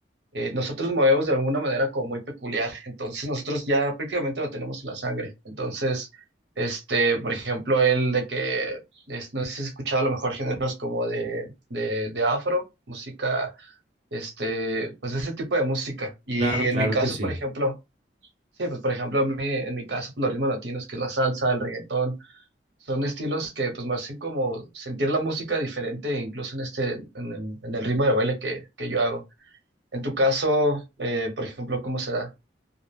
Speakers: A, on the right (about 70°); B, on the right (about 40°).
A: eh, nosotros movemos de alguna manera como muy peculiar. Entonces nosotros ya prácticamente lo tenemos en la sangre. Entonces, este, por ejemplo, el de que, es- no sé si has escuchado a lo mejor géneros como de, de de afro, música este, pues ese tipo de música. Y
B: Claro,
A: en
B: claro
A: mi caso,
B: que sí.
A: por ejemplo, sí, pues por ejemplo, a mí- en mi caso, pues, los ritmos latinos, que es la salsa, el reggaetón, son estilos que pues me hacen como sentir la música diferente, incluso en este, en, el en el ritmo de baile que, que yo hago. En tu caso, eh, por ejemplo, ¿cómo se da?